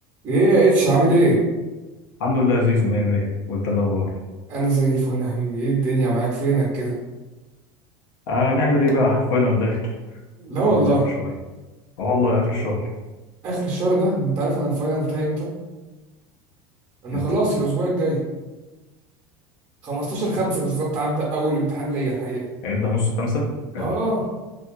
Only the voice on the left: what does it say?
الحمد لله يا زيزو مية مية وانت إيه الاخبار
آه نعمل ايه بقى فاينل داخل
قاعدين
بنذاكر شويه اه والله اخر الشهر
امتى
هيبدأ نص خمسة حلو.